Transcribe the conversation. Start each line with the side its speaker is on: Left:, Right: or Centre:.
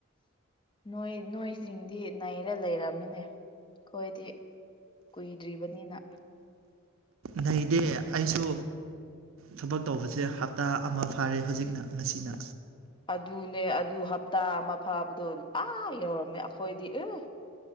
Left: ꯅꯣꯏ ꯅꯣꯏꯁꯤꯡꯗꯤ ꯅꯩꯔ ꯂꯩꯔꯝꯃꯤꯅꯦ ꯑꯩꯈꯣꯏꯗꯤ ꯀꯨꯏꯗ꯭ꯔꯤꯕꯅꯤꯅ
Right: ꯅꯗꯦ ꯑꯩꯁꯨ ꯊꯕꯛ ꯇꯧꯕꯁꯦ ꯍꯞꯇꯥ ꯑꯃ ꯐꯥꯔꯦ ꯍꯧꯖꯤꯛꯅ ꯉꯁꯤꯅ
Left: ꯑꯗꯨꯅꯦ ꯑꯗꯨ ꯍꯞꯇꯥ ꯑꯃ ꯐꯥꯕꯗꯣ ꯑꯥ ꯌꯧꯔꯝꯃꯦ ꯑꯩꯈꯣꯏꯗꯤ ꯎ